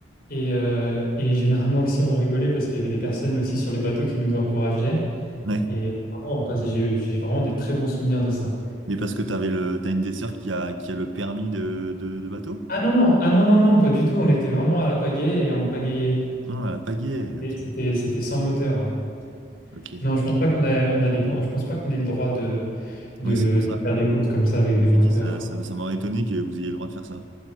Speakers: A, on the left (about 50°); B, on the right (about 85°).
A: Et, euh, et généralement aussi, on rigolait parce qu'il y avait des personnes aussi sur les bateaux qui nous encourageaient.
B: Ouais.
A: Et vraiment, on passait, j'ai j'ai vraiment des très bons souvenirs de ça.
B: Mais parce que tu avais le, t'as une des sœurs qui a, qui a le permis de, de, de bateau?
A: Ah non, ah non, non, non, pas du tout. On était vraiment à la pagaie et on pagayait.
B: Ah, à la pagaie.
A: Et
B: Ok.
A: C'était, c'était sans moteur, ouais.
B: Ok.
A: Non, je pense pas qu'on a, on a les- je pense pas qu'on ait le droit de, de,
B: Oui, c'est pour ça.
A: de faire des courses comme ça avec
B: Je
A: des
B: me
A: moteurs.
B: suis dit, ça, ça, ça m'aurait étonné que vous ayez le droit de faire ça.